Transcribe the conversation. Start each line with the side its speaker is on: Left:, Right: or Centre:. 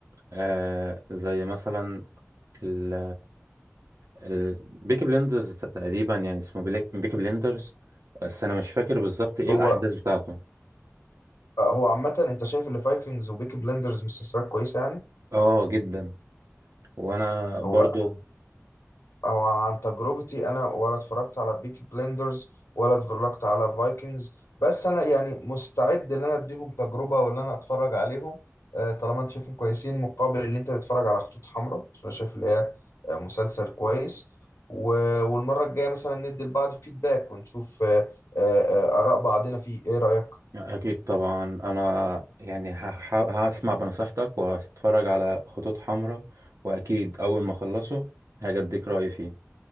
Right: آه زي مثلا ال ال بيكي بليندرز تقريبا يعني اسمه بيليك- بيكي بليندرز بس أنا مش فاكر بالظبط إيه
Left: هو
Right: الأحداث بتاعته
Left: آه، هو عامه انت شايف اللي فايكنجز وبيكي بلندرز مسلسلات كويسه يعني
Right: آه جدا وأنا برضو
Left: هو او عن تجربتي انا ولا اتفرجت على بيكي بليندرز ولا اتفرجت على فايكنجز بس انا يعني مستعد ان انا اديهم تجربه وان انا اتفرج عليهم آه، طالما انت شايفهم كويسين مقابل ان انت تتفرج على خطوط حمراء عشان انا شايف اللي هي آه، مسلسل كويس و- والمره الجايه مثلا ندي لبعض فيدباك ونشوف آه، آه، آه، اراء بعضنا فيه ايه رايك
Right: أكيد طبعا أنا يعني هحا- هسمع بنصيحتك وهتفرج على خطوط حمراء وأكيد أول ما أخلصه هاجي أديك رأيي فيه